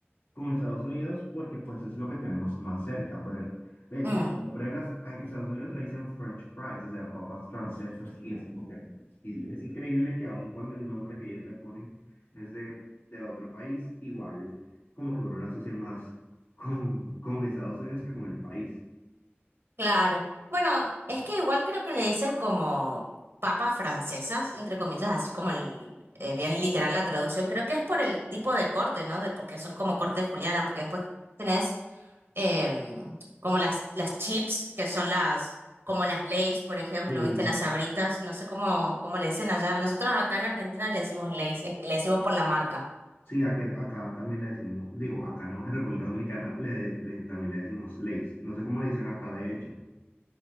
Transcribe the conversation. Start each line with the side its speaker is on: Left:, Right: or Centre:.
Left: con Estados Unidos, porque pues es lo que tenemos más cerca. Pero de hecho,
Right: Mm.
Left: el nombre de las, en Estados Unidos le dicen French fries, o sea, papas francesas, y es, muy cerca. Y es es increíble que aun cuando el nombre que ellos le ponen es de, de otro país, igual como que uno lo asocia más <laughs> con, con Estados Unidos que con el país.
Right: Claro. Bueno, es que igual creo que le dicen como papas francesas, entre comillas, así como el, eh, bien literal la traducción. Creo que es por el tipo de corte, ¿no? De, porque son como corte de juliana, porque después tenés em, como las, las chips, que son las, como las Lay's, por ejemplo,
Left: Sí,
Right: ¿viste? Las Sabritas, no sé cómo, cómo le dicen allá. Nosotros acá en Argentina le decimos Lay's, eh, le decimos por la marca.
Left: Sí, a aquí- acá también le decimos, digo, acá no, en República Dominicana le, le- también le decimos leis. No sé cómo le dicen acá, de hecho.